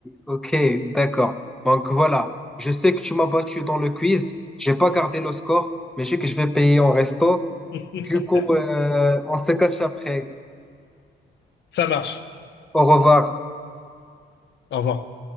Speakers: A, in the centre; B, on the left.
A: ok, d'accord. Donc voilà, je sais que tu m'as battu dans le quiz. J'ai pas gardé le score, mais je sais que je vais payer en resto.
B: <laughs>
A: Du coup, euh, on se cache après.
B: Ça marche.
A: Au revoir.
B: Au revoir.